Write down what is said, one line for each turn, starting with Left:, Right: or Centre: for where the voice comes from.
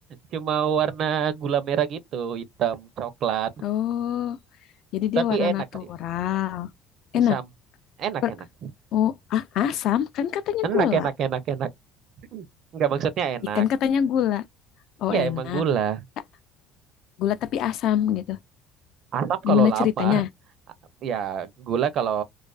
Right: Cuma warna gula merah gitu, hitam, coklat.
Left: Oh, jadi dia
Right: Tapi
Left: warna
Right: enak
Left: natural.
Right: sih.
Left: Enak.
Right: Sam. Enak,
Left: Per-
Right: enak.
Left: oh, ah, asam kan katanya
Right: Enak,
Left: gula.
Right: enak, enak, enak. <clears throat> Enggak maksudnya enak.
Left: Ikan katanya gula. Oh
Right: Ya
Left: enak.
Right: emang gula.
Left: Tak, Gula tapi asam gitu.
Right: Asam
Left: Gimana
Right: kalau
Left: ceritanya?
Right: lama. Ya gula kalau